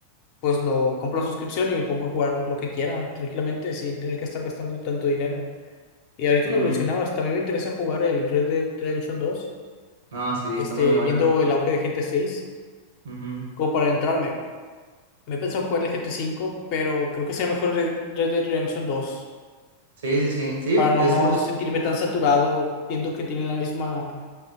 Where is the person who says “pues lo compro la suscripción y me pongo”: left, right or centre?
Left